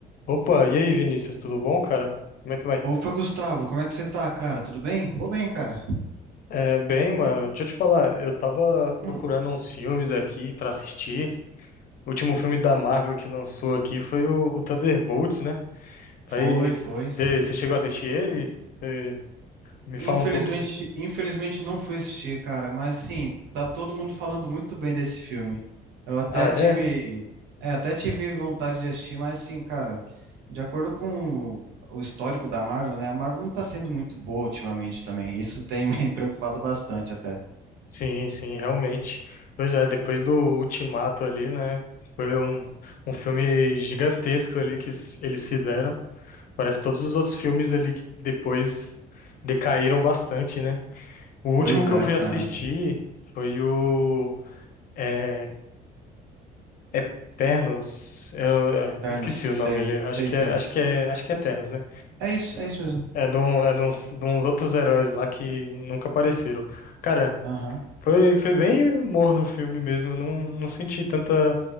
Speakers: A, on the left (about 55°); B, on the right (about 80°).
A: Opa, e aí, Vinícius, tudo bom, cara? Como é que vai?
B: Opa, Gustavo, como é que você tá, cara? Tudo bem? Vou bem, cara.
A: É, bem, mano, deixa eu te falar, eu tava
B: Hum,
A: procurando uns filmes aqui pra assistir. O último filme da Marvel que lançou aqui foi o, o Thunderbolts, né?
B: foi,
A: Aí,
B: foi.
A: você chegou a assistir ele? Cê me
B: Infelizmente,
A: fala um pouquinho.
B: infelizmente não fui assistir, cara, mas sim, tá todo mundo falando muito bem desse filme. Eu até
A: Ah,
B: tive,
A: é?
B: é, até tive vontade de assistir, mas assim, cara, de acordo com o histórico da Marvel, né? A Marvel não tá sendo muito boa ultimamente também. Isso tem me <laughs> preocupado bastante até.
A: Sim, sim, realmente. Pois é, depois do Ultimato ali, né? Foi um, um filme gigantesco ali que s- eles fizeram. Parece que todos os outros filmes ali que depois decaíram bastante, né? O último
B: Pois
A: que
B: é,
A: eu fui
B: cara.
A: assistir foi o é, Eternos. Eu é,
B: Eternos,
A: esqueci o nome
B: sei,
A: ali. Acho
B: sei,
A: que
B: sei.
A: é, acho que é, acho que é Eternos, né?
B: É isso, é isso mesmo.
A: É de, um- é de uns, de uns outros heróis lá que nunca apareceram. Cara,
B: Aham,
A: foi, foi bem morno o filme mesmo. Eu não, não senti tanta,